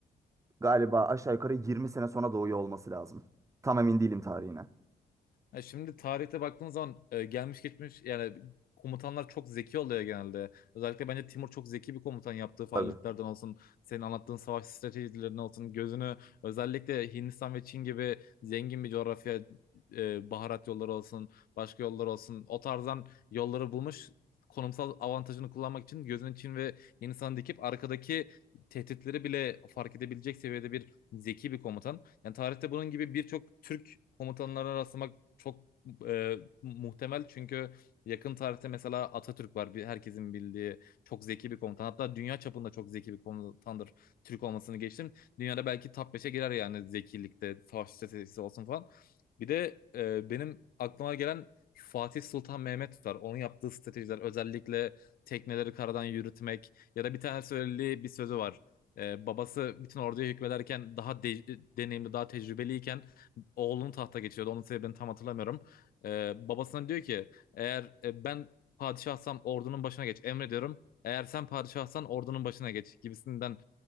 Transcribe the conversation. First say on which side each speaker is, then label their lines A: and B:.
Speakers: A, on the right; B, on the left.
A: galiba aşağı yukarı 20 sene sonra doğuyor olması lazım. Tam emin değilim tarihine.
B: Ya şimdi tarihte baktığın zaman e, gelmiş geçmiş yani komutanlar çok zeki oluyor genelde. Özellikle bence Timur çok zeki bir komutan yaptığı faaliyetlerden
A: Tabii,
B: olsun, senin anlattığın savaş stratejilerinden olsun, gözünü özellikle Hindistan ve Çin gibi zengin bir coğrafya, e, baharat yolları olsun, başka yollar olsun o tarzdan yolları bulmuş. konumsal avantajını kullanmak için gözünü Çin ve Hindistan'a dikip arkadaki tehditleri bile fark edebilecek seviyede bir zeki bir komutan. Yani tarihte bunun gibi birçok Türk komutanlarına rastlamak çok e, muhtemel çünkü yakın tarihte mesela Atatürk var. Bir, herkesin bildiği çok zeki bir komutan. Hatta dünya çapında çok zeki bir komutandır. Türk olmasını geçtim. Dünyada belki top 5'e girer yani zekilikte, savaş stratejisi olsun falan. Bir de e, benim aklıma gelen Fatih Sultan Mehmet var. Onun yaptığı stratejiler özellikle tekneleri karadan yürütmek ya da bir tane söylediği bir sözü var. E, babası bütün orduya hükmederken daha de- deneyimli, daha tecrübeliyken oğlunun tahta geçiyordu. Onun sebebini tam hatırlamıyorum. Ee, babasına diyor ki eğer e, ben padişahsam ordunun başına geç. Emrediyorum. Eğer sen padişahsan ordunun başına geç gibisinden